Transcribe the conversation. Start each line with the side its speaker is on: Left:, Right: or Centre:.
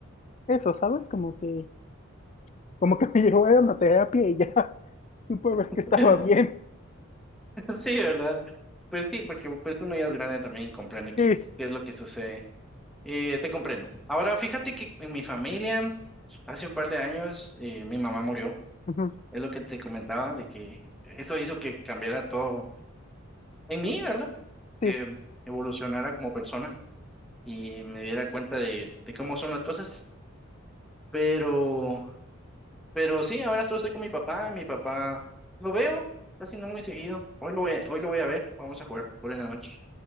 Left: eso, ¿sabes? Como que, como que me <laughs> llevaron a terapia y ya <laughs> supe ver
Centre: <laughs>
Left: que estaba bien.
Centre: Sí, ¿verdad? Pues sí, porque pues uno ya es grande también y comprende qué
Left: Sí,
Centre: es, qué es lo que sucede. Eh, te comprendo. Ahora, fíjate que en mi familia, hace un par de años, eh, mi mamá murió.
Left: ujú,
Centre: Es lo que te comentaba, de que eso hizo que cambiara todo en mí, ¿verdad?
Left: sí,
Centre: Que evolucionara como persona y me diera cuenta de, de cómo son las cosas. Pero, pero sí, ahora solo estoy con mi papá y mi papá lo veo casi no muy seguido. Hoy lo voy a, hoy lo voy a ver, vamos a jugar fútbol en la noche.